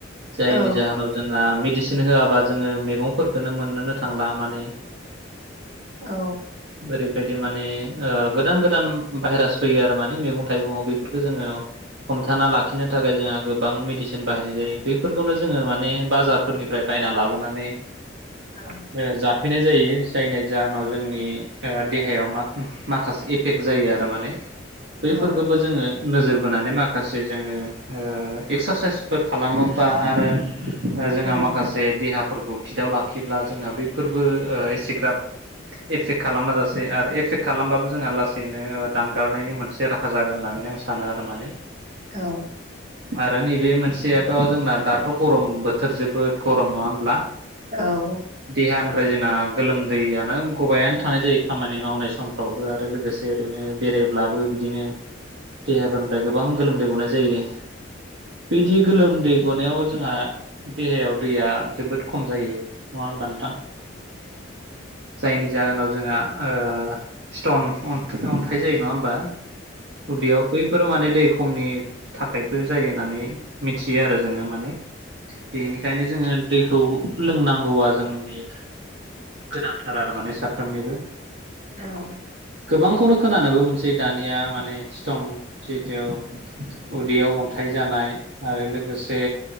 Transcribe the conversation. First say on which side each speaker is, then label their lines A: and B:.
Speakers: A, on the right (about 65°); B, on the right (about 45°).
A: जायनि
B: औ
A: जाहोनाव जोंहा मेडिसिन होआबा जोङो मैगंफोरखौनो मोननोनो थांला माने <inaudible>
B: औ
A: ओरैबायदि माने ओ गोदान-गोदान भाइरास फैयो आरो माने मैगं थाइगंआव बेफोरफोरखौ जोङो हमथाना लाखिनो थाखाय जोंहा गोबां मेडिसिन बाहायनाय जायो बेैफोरखौनो जोङो माने बाजारफोरनिफ्राय बायना लाबोनानै।
B: औ
A: ओ जाफैनाय जायो जायनि जाहोनाव जोंनि ओ देहायाव माख-माखासे एफेक्ट जायो आरो माने बैफोरफोरखौबो
B: औ
A: जोङो नोजोर बोनानै माखासे जोङो ओ एक्सारसाइसफोर खालामोबा आरो जोंहा
B: औ
A: माखासे देहाफोरखौ फिटआव लाखिब्ला जोंहा बैफोरबो ‌ओ एसेग्राब एफेक्ट खालामबाजसेै आरो एफेक्ट खालामबाबो जोंहा लासैनो दानगारनायनि मोन से राहा जागोन होननानै आं सानो आरो माने
B: औ
A: आरो नैबे मोनसे थ' जोंना दाथ' गरम बोथोर जोबोद गरम नङा होनब्ला
B: औ
A: देहानिफ्राय जोंना गोलोमदैयानो गबबायानो थानाय जायो खामानि मावनाय समफ्रावबो आरो लोगोसे ओरैनो बेरायब्लाबो बिदिनो देहाफोरनिफ्राय गोबां गोलोमदै गनाय जायो। बिदि गोलोमदै गनायाव जोंहा देहायाव दैया जोबोद खम जायो नङा होनोमबा नोंथां। जायनि जाहोनाव जोंहा ओ स्टन अन-अन्थाइ जायो नङा होमबा? उदियाव बैफोराव माने दै खमनि थाखायबो जायो होननानै मिथियो आरो जोङो माने। बेनिखायनो जोङो दैखौ लोंनांगौआ जों <unintelligible> गोनांथार आरो माने साफ्रोमनिबो।
B: औ
A: गोबांखौनो खोनानोबो मोनसै दानिया माने स्टन <unintelligible> उदैयाव अन्थाइ जानाय आरो लोगोसे।